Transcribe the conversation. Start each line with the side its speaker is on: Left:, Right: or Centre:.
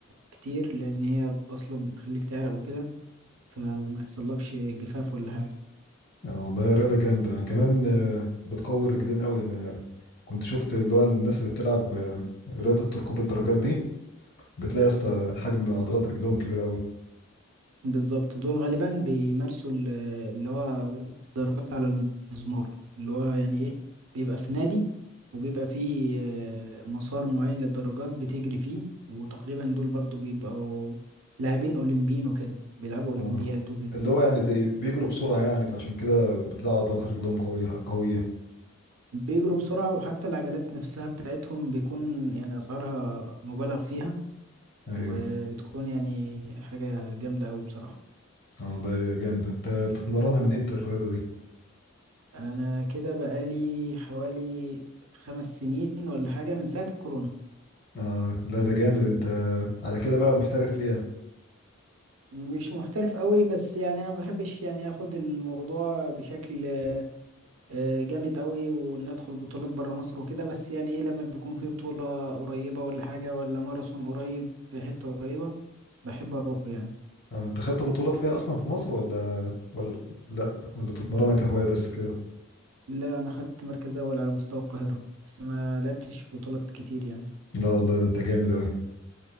Right: كتير لان هي اصلا بتخليك تعرق وكده فما يحصلكش جفاف ولا حاجة
Left: اه والله رياضة جامدة كمان آه، بتقوي الرجلين قوي انا كنت شفت اللي هو الناس اللي بتلعب آه، رياضة ركوب الدراجات دي بتلاقي يا اسطى حجم عضلات رجلهم كبير قوي
Right: بالظبط دول غالبا بيمارسوا ال- اللي هو رياضة الدراجات على المزمار اللي هو يعني ايه بيبقى في نادي وبيبقى فيه آه، مسار معين للدراجات بتجري فيه وتقريبا دول برضو بيبقوا لاعبين أولمبيين وكده بيلعبوا أولمبياد
Left: اه
Right: وكده
Left: اللي هو يعني زي بيجروا بسرعة يعني فعشان كده بتلاقي عضلات رجلهم قوية قوية
Right: بيجروا بسرعة وحتى العجلات نفسها بتاعتهم بيكون يعني أسعارها مبالغ فيها
Left: ايوه
Right: وبتكون يعني حاجة جامدة أوي بصراحة
Left: اه والله جامدة انت بتتمرنها من امتى الرياضة دي
Right: انا كده بقالي حوالي خمس سنين ولا حاجة من ساعة الكورونا
Left: اه لا ده جامد انت على كده بقى محترف فيها
Right: مش محترف قوي بس يعني انا ما بحبش يعني اخد الموضوع بشكل آه، جامد قوي وان ادخل بطولات بره مصر وكده بس يعني ايه لما بيكون في بطولة قريبة ولا حاجة ولا ماراثون قريب في حتة قريبة بحب اروحه يعني
Left: آه انت خدت بطولات فيها اصلا في مصر ولا ولا بت- لا ولا بتتمرنها كهواية بس كده
Right: لا انا خدت مركز اول على مستوى القاهرة بس ما لعبتش بطولات كتير يعني
Left: لا والله ده انت جامد اوي